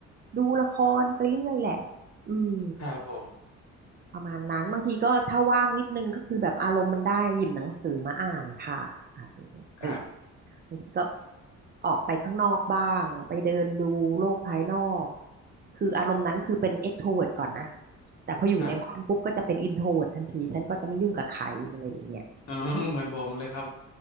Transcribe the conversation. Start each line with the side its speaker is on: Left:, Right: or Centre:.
Right: ดูละครไปเรื่อยแหละอืม
Left: ครับผม
Right: ประมาณนั้นบางทีก็ถ้าว่างนิดนึงก็คือแบบอารมณ์มันได้หยิบหนังสือมาอ่านค่ะอะไรอย่างเงี้ยเออ
Left: ครับ
Right: บางทีก็ออกไปข้างนอกบ้างไปเดินดูโลกภายนอกคืออารมณ์นั้นคือเป็น e x t r วิ e ์ t ก่อนนะแต่พออยู่ในบ้านปุ๊บก็จะเป็น
Left: ครับ
Right: i n t เวิ e ์ t ทันทีฉันก็จะไม่ยุ่งกับใครอะไรอย่างเงี้ย
Left: เออเหมือนผมเลยครับ